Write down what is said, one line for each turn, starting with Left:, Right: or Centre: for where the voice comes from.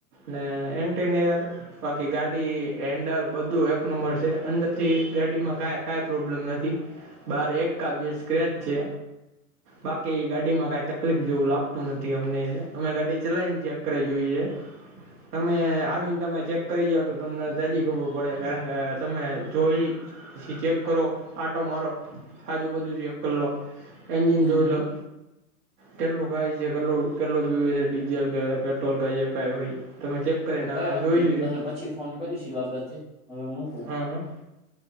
Right: ને એન્ટનયર બાકી ગાડી હેન્ડલ બધું એક નંબર છે અંદરથી ગાડીમાં ક કઈ પ્રોબ્લેમ નથી બાર એક કા બે સ્ક્રેચ છે બાકી ગાડીમાં કઈ તકલીફ જેવું લાગતું નથી અમને અમે ગાડી ચલઈને ચેક કરાય છે તમે આવીને તમે ચેક કરી જાવ તો તમને જાજી ખબર પડે કારણ કે તમે જોઈ પછી ચેક કરો આટો મારો આજુબાજુ ચેક કરી લો એજિન
Centre: હમ
Right: જોઈ લો કેટલું ખાય છે કેટલું કેટલું પીવે છે જેલ પેટ્રોલ ક ક હોય તમે ચ કરને
Centre: તો કઈ વાંધો
Right: જોઈ
Centre: નહી
Right: જઈ
Centre: હું તમને પછી ફોન કરીશ એ બાબતે હવે મૂકું
Right: એ હ